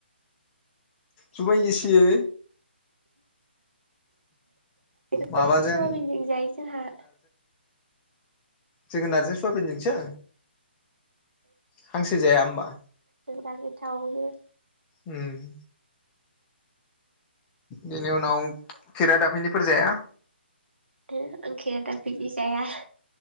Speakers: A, on the left (about 15°); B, on the right (about 75°).
A: जुमाय गिसियै
B: <unintelligible>
A: माबाजों
B: सवाबिनजों जायो जोंहा
A: जोगोनारजो सुवाबिनजोंसो हांसो जाया होमबा?
B: <unintelligible> गोथाव
A: उम बेनि उनाव खेरा दाफिनिफोर जाया?
B: हो आं खेरादाफिनि जाया।